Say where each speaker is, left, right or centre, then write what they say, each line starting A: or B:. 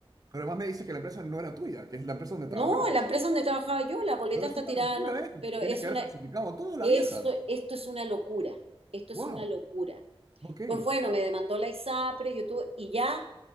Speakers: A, on the right; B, on the right.
A: Pero además me dices que la empresa no era tuya, que es la empresa donde
B: No,
A: trabajabas.
B: la empresa donde trabajaba yo, la boleta
A: Pero
B: está
A: es una
B: tirada,
A: locura
B: no,
A: eso.
B: pero
A: Tiene
B: es
A: que
B: una,
A: haber falsificado todo la
B: eso,
A: vieja.
B: esto es una locura, esto es
A: Wow.
B: una locura.
A: Ok.
B: Pues bueno, me demandó la ISAPRE, YouTube, y ya